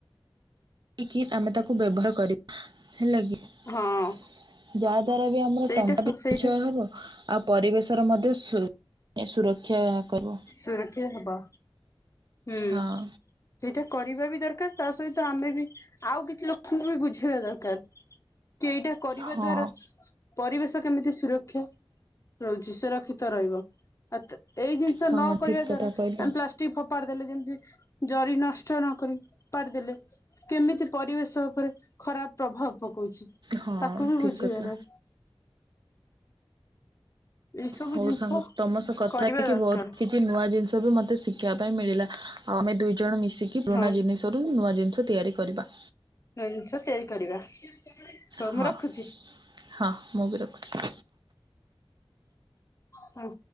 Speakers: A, on the right (about 55°); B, on the left (about 35°).
A: ଏହିକି ଆମେ ତାକୁ ବ୍ୟବହାର କରି ହେଲା କି ଯାହାଦ୍ୱାରା
B: ହଁ
A: ବି ଆମର
B: ସେଇଟା
A: ଟଙ୍ଗା
B: ସେଇଟା
A: ଞ୍ଚୟ ହେବ ଆଉ ପରିବେଶର ମଧ୍ୟ ସୁ ଏ ସୁରକ୍ଷା କରିବ।
B: ସୁରକ୍ଷା ହବା ହୁଁ
A: ହଁ।
B: ସେଇଟା କରିବା ବି ଦରକାର। ତା ସହିତ ଆମେ ବି ଆଉ କିଛି ଲୋକଙ୍କୁ ବି ବୁଝେଇବା ଦରକାର। କ କି ଏଇଟା କରିବା
A: ହଁ
B: ଦ୍ଵାରା ପରିବେଶ କେମିତି ସୁରକ୍ଷା ରହୁଛି ସୁରକ୍ଷିତ ରହିବ ଏଇ
A: ହଁ
B: ନ କରିବା
A: ଠିକ କଥା
B: ଦ୍ଵାରା
A: କହିଲ।
B: ଆମେ ପ୍ଲାଷ୍ଟିକ ଫୋପାଡ଼ି ଦେଲେ ଯେମିତି ଜରି ନଷ୍ଟ ନ କରି ଫୋପାଡ଼ି ଦେଲେ। କେମିତି ପରିବେଶ ଉପରେ ଖରାପ ପ୍ରଭାବ ପକଉଛି।
A: ହଁ
B: ତାକୁ ବି
A: ଠିକ୍
B: ବୁଝିବାର
A: କଥା।
B: ଏଇ ସବୁ
A: ହଉ
B: ଜିନିଷ
A: ସାଙ୍ଗ ତମ ସହ କଥା
B: କରିବା
A: ହେଇକି
B: ଦରକାର
A: ବହୁତ କିଛି ନୂଆ ଜିନିଷ ବି ମତେ ଶିଖିବା ମିଳିଲା ଆଉ ଆମେ ଦୁଇ ଜଣ ମିଶିକି ପୁରୁଣା
B: ହଁ।
A: ଜିନିଷରୁ ନୂଆ ଜିନିଷ ତିଆରି କରିବା।
B: ନୂଆ ଜିନିଷ ତିଆରି କରିବା। ହଉ
A: ହଁ
B: ମୁଁ ରଖୁଛି
A: ହଁ ମୁଁ ବି ରଖୁଛି
B: ହଁ